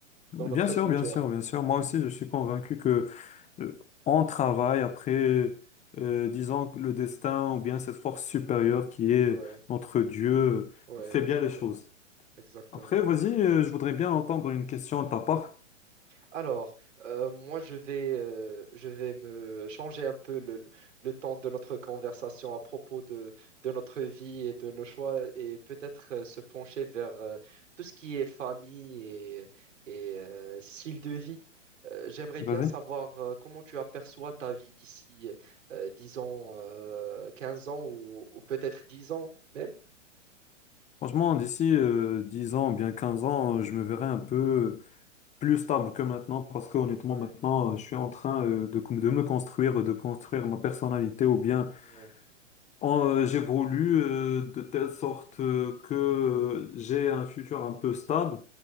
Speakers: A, on the left; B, on the right.
A: Bien
B: dans notre
A: sûr,
B: futur.
A: bien sûr, bien sûr. Moi aussi, je suis convaincu que euh, on travaille après, euh, disons, que le destin ou bien cette force supérieure qui est
B: Ouais,
A: notre Dieu
B: ouais,
A: euh, fait
B: exactement,
A: bien les choses.
B: exactement.
A: Après, vas-y, euh, je voudrais bien entendre une question de ta part.
B: Alors, euh, moi, je vais, euh, je vais me changer un peu le, le- le temps de notre conversation à propos de, de notre vie et de nos choix et peut-être euh, se pencher vers euh, tout ce qui est famille et, et, euh, style de vie. Euh, j'aimerais
A: Vas-y.
B: bien savoir euh, comment tu aperçois ta vie d'ici euh, 10 ans, euh, 15 ans ou, ou peut-être 10 ans même.
A: Franchement, d'ici euh, 10 ans, ou bien 15 ans, euh, je me verrai un peu euh, plus stable que maintenant parce que honnêtement,
B: Ouais,
A: maintenant, euh, je suis en train euh, de, de me construire, de construire ma personnalité ou bien
B: ouais,
A: En, euh, j'évolue euh, de telle sorte euh, que euh, j'ai un futur un peu stable.